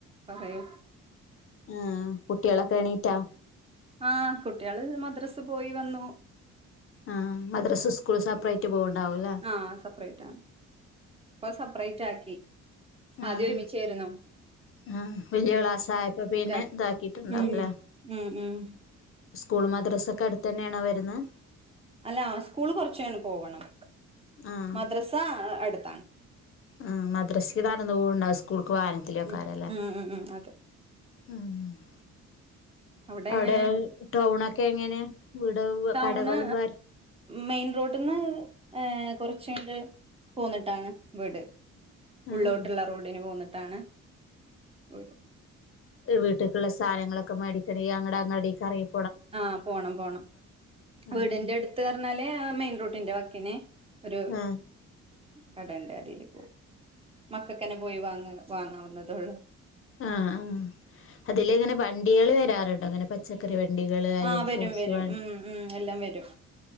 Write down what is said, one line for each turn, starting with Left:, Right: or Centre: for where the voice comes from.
Right: പറെയ്
Left: ആഹ് കുട്ട്യേളൊക്കെ എണീറ്റാേ
Right: ആഹ് കുട്ട്യാള് മദ്രസ് പോയി വന്നു
Left: ആഹ് മദ്രസും സ്കൂളും സപ്പ്റേയ്റ്റ് പോവ്ണ്ടാവുലെ
Right: ആഹ് സപ്പ്റേയ്റ്റാ ഇപ്പ സപ്പ്റേയ്റ്റാക്കി ആദ്യം
Left: ആഹ്
Right: ഒര്മിച്ചേര്ന്നു
Left: ആഹ് വെല്ല്യ ക്ലാസ്സായപ്പാെ പിന്നെ
Right: ആക്കി
Left: താക്കീട്ട്ണ്ടാവുംലേ
Right: ഉം ഉം ഉം
Left: സ്കൂളും മദ്റസൊക്കെ അട്ത്തെന്നേണോ വെര്ന്നേ
Right: അല്ലാ സ്കൂള് കൊർച്ചങ്ങണ്ട് പോവണം
Left: ആഹ്
Right: മദ്രസാ അ അട്ത്താണ്
Left: ആഹ് മദ്രസിക്ക് നടന്ന് പോവ്ണ്ടാവും സ്കൂൾക്ക് വാഹനത്തിലു ഏക്കാരംലേ
Right: ഉം ഉം ഉം ഉം അതെ
Left: ആഹ്
Right: അവിടെ
Left: അവ്ടേ
Right: എങ്ങനെ
Left: ടൗണൊക്കെ എങ്ങെനെ വീട്
Right: ടൗണ്
Left: കടകളും കാ
Right: മെയിൻ റോട്ട്ന്ന് കൊർച്ച്ങ്ങട്ട് പോന്ന്ട്ടാണ് വീട് ഉള്ളോട്ട്ള്ള
Left: ആഹ്
Right: റോഡിന് പോന്ന്ട്ടാണ് വീട്
Left: വീട്ട്ക്ക്ള്ള സാനങ്ങളൊക്കെ മേടിക്കണെങ്കി അങ്ങട് അങ്ങാടീക്കെറയും
Right: ആഹ് പോണം പോണം വീടിന്റെ
Left: ആഹ്
Right: എട്ത്ത് പർഞ്ഞാല് മെയിൻ റോട്ടിന്റെ വക്കിന് ഒരു
Left: ആഹ്
Right: കടണ്ട് അതില് പോവും മക്കക്കന്നെ പോയി വാങ്ങ വാങ്ങാവുന്നതൊള്ളൂ
Left: ആഹ് ആഹ് അതിലെ ഇങ്ങനെ വണ്ടികള് വരാറുണ്ടോ ഇങ്ങനെ പ ച്ചക്കറി വണ്ടികള് അല്ലെ
Right: ആഹ് വരും
Left: ഫ്രൂട്സ്
Right: വരും
Left: വ
Right: ഉം ഉം എല്ലാം വരും